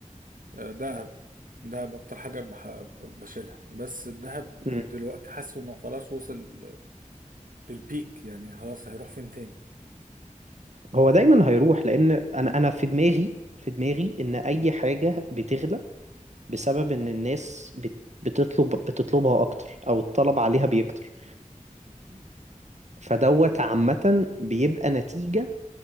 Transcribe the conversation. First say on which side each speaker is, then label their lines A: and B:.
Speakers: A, on the right; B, on the right.
A: آه، ذهب دهب اكتر حاجه بح- بشيلها بس الذهب
B: امم
A: دلوقتي حاسه انه خلاص وصل للبيك يعني خلاص هيروح فين تاني
B: هو دايما هيروح لأن أنا أنا في دماغي في دماغي إن أي حاجة بتغلى بسبب إن الناس بت بتطلب بتطلبها أكتر أو الطلب عليها بيكتر <clears throat> فدوت عامة بيبقى نتيجة